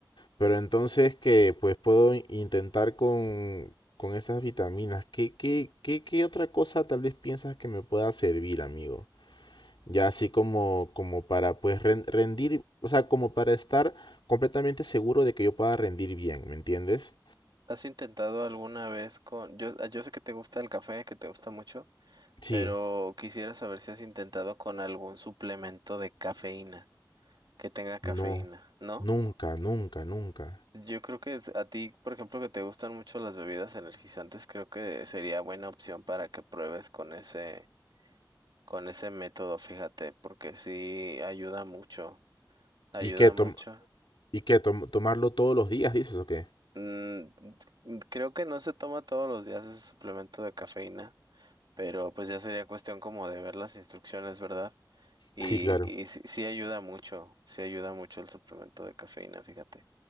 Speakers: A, on the left; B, on the right.
A: Pero entonces que pues puedo intentar con, con esas vitaminas. ¿Qué, qué, qué, qué otra cosa tal vez piensas que me pueda servir, amigo? Ya así como, como para pues ren- rendir, o sea, como para estar completamente seguro de que yo pueda rendir bien, ¿me entiendes?
B: ¿Has intentado alguna vez con, yo, ah, yo sé que te gusta el café, que te gusta mucho,
A: Sí,
B: pero quisiera saber si has intentado con algún suplemento de cafeína, que tenga cafeína,
A: no,
B: ¿no?
A: nunca, nunca, nunca.
B: Yo creo que es- a ti, por ejemplo, que te gustan mucho las bebidas energizantes, creo que sería buena opción para que pruebes con ese con ese método, fíjate, porque sí ayuda mucho, ayuda
A: ¿Y qué, tom-
B: mucho.
A: y qué tom- tomarlo todos los días, dices o qué?
B: Mm, mm, creo que no se toma todos los días ese suplemento de cafeína, pero pues ya sería cuestión como de ver las instrucciones, ¿verdad? Y,
A: Sí, claro.
B: y sí, sí ayuda mucho, sí ayuda mucho el suplemento de cafeína, fíjate.